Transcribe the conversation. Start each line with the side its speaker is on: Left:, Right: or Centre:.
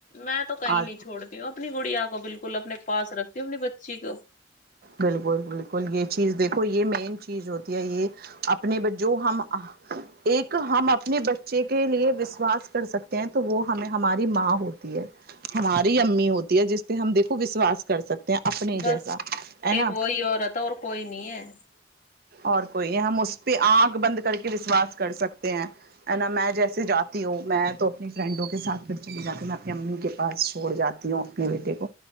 Left: میں تو کہیں
Right: آ
Left: نہیں چھوڑتی ہوں اپنی گڑیا کو بالکل اپنے پاس رکھتی ہوں اپنی بچی کو
Right: بالکل بالکل یہ چیز دیکھ کو یہ مین چیز ہوتی ہے یہ اپنے بے جو ہم ایک ہم اپنے بچے کے لیے وشواس کر سکتے ہیں تو وہ ہمیں ہماری ماں ہوتی ہے ہماری امی ہوتی ہے جس پہ ہم دیکھو وشواس کر سکتے اپنے
Left: بس
Right: جیسا ہے ن
Left: ایک وہی عورت ہے اور کوئی نہیں ہے
Right: اور کوئی ہے ہم اس پہ آگ بند کر کے وشواس کر سکتے ہیں نا میں جیسے جاتی ہوں میں تو اپنی فرینڈوں کے ساتھ پھر چلی جاتی ہوں میں اپنی امی کے پاس چھوڑ جاتی ہوں اپنے بیٹے کو